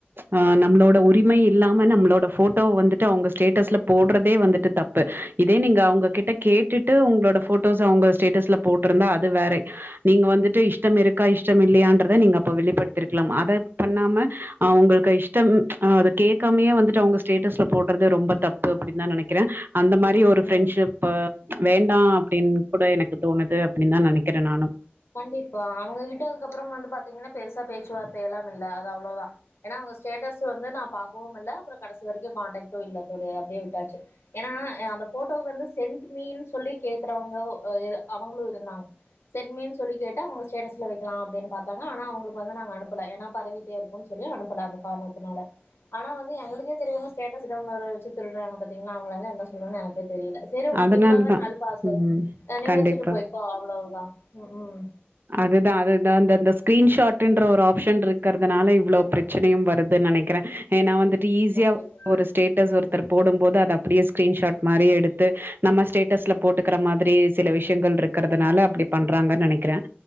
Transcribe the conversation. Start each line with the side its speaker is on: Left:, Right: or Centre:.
Right: அ நம்ளோட உரிமை இல்லாம நம்ளோட ஃபோட்டோ வந்துட்டு அவங்க ஸ்டேட்டஸ்ல போட்றதே வந்துட்டு தப்பு இதே நீங்க அவங்ககிட்ட கேட்டுட்டு உங்களோட போட்டோஸ்ச அவங்க ஸ்டேட்டஸ்ல போட்டிருந்தா அது வேறை நீங்க வந்துட்டு இஷ்டம் இருக்கா இஷ்டம் இல்லையன்றத நீங்க அப்ப வெளிப்படுத்திருக்கலாம் அத பண்ணாம அவ்களுக்கு இஷ்டம் அ அதை கேட்காமே வந்துட்டு அவங்க ஸ்டேட்டஸ்ல போட்றது ரொம்ப தப்பு அப்டின் தான் நெனைக்கிறேன் அந்த மா ரி ஒரு ஃப்ரெண்ட்ஷிப்
Left: ம்
Right: வேண்டாம் அப்டின் கூட எனக்கு தோணுது அப்டின் தா நெனைக்கிறேன் நானும்
Left: கண்டிப்பா அவங்கிட்ட அதுக்கப்புறம் வந்து பாத்தீங்ன்னா பெருசா பேச்சுவார்த்தை எல்லாம் இல்ல அது அவ்ளோதா ஏன்னா அவங்க ஸ்டேட்டஸ் வந்து நான் பா்க்கவும் இல்ல அப்புறம் கடைசி வரைக்கும் காண்டக்டும் இல்ல தோழி அத அப்டியே விட்டாச்சு ஏன்னா அந்த போட்டோ வந்து சென்ட் மீன்னு சொல்லி கேக்குறவங்க எ அவங்களும் இருந்தாங்க சென்ட் மீன் சொல்லி கேட்டு அவங்க ஸ்டேட்டஸ்ல வைக்கலாம் அப்டின்னு பாத்தாங்க ஆனா அவங்ளுக்கு வந்து அனுப்பலா ஏன்னா பரவிட்டே இருக்குன் சொல்லி அனுப்பல அந்த காரணத்தினால ஆனா வந்து எங்களுக்கே தெரியாம ஸ்டேட்டஸ் டவுன்லோட்டர் வச்சி திருடுறாங்க பாத்தீங்ளா அவங்களளா என்ன சொல்றன்னு எனக்கே தெரியல சரி உனக்கு
Right: அதனால
Left: இவ்ளோதான
Right: தான்.
Left: அல்ப ஆச
Right: ம்.
Left: நீ
Right: கண்டிப்பா.
Left: வச்சிட்டு போய்கோ அவ்வளவுதா ம் ம்
Right: அதுதா அதுதா அந்தந்த ஸ்கிரீன்ஷாடன்ற ஒரு ஆப்ஷன் இருக்கறதுனால இவ்வளவு பிரச்ச ச்சனையும் வருதுன்னு நெனைக்கிறேன் ஏனா வந்துட்டு ஈஸியா
Left: கண்டிப்பா
Right: ஒரு ஸ்டேட் டஸ் ஒருத்தர் போடும் போது அது அப்படியே ஸ்கிரீன்ஷாட் மாரி எடுத்து நம்ம ஸ்டேட்டஸ்ல போட்டு இருக்ற மாதிரி சில விஷ்யங்கள் இருக்றதுனால அப்டி பண்றாங்கன்னு நெனைக்கிறேன்